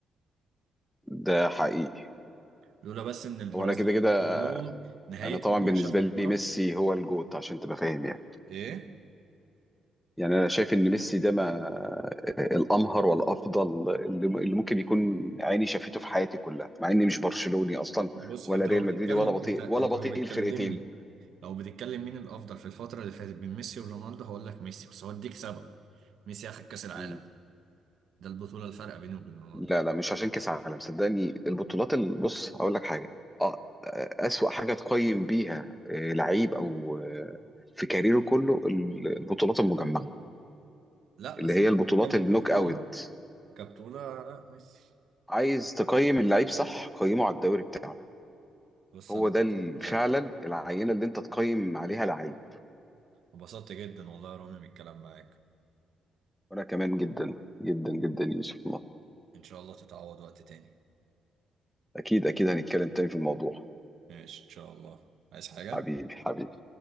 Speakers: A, in the centre; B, on the right (about 70°).
A: ده حقيقي
B: لولا بس ان البرازيليين
A: هو انا كده كده
B: كلهم نهايتهم
A: انا طبعا بالنسبة
B: وحشة في الكورة
A: لي ميسي هو الجوت عشان تبقى فاهم يعني
B: ايه
A: يعني انا شايف ان ميسي ده ما الامهر والافضل اللي اللي ممكن يكون عيني شافته في حياتي كلها مع اني مش برشلوني اصلا
B: بص
A: ولا
B: انت
A: ريال
B: لو
A: مدريدي
B: بتتكلم
A: ولا بطيء
B: انت انت
A: ولا بطيء
B: لو بتكلمني
A: الفرقتين
B: لو بتتكلم مين الافضل في الفترة اللي فاتت بين ميسي ورونالدو هقول لك ميسي بس هوديك سبب ميسي اخد كاس العالم
A: مم.
B: ده البطولة الفارقة بينه وبين رونالدو
A: لا لا مش عشان كاس عالم صدقني البطولات ال- بص هقول لك حاجه اه اسوأ حاجه تقيم بيها آه، لعيب او آه، في كاريره كله ال- البطولات المجمعه
B: لا
A: اللي
B: بس
A: هي
B: انت
A: البطولات
B: بتتكلم
A: النوك
B: كبطولة
A: اوت
B: كبتونة لا ميسي
A: عايز تقيم اللعيب صح قيمه على الدوري بتاعه
B: بص
A: هو
B: انا
A: ده
B: انبسطت
A: ال- فعلا العينه اللي انت تقيم عليها لعيب
B: انبسطت جدا والله يا رامي من الكلام معاك
A: وانا كمان جدا جدا جدا يوسف الله
B: ان شاء الله تتعوض وقت تاني
A: اكيد اكيد هنتكلم تاني في الموضوع
B: ماشي ان شاء الله عايز حاجة
A: حبيبي حبيبي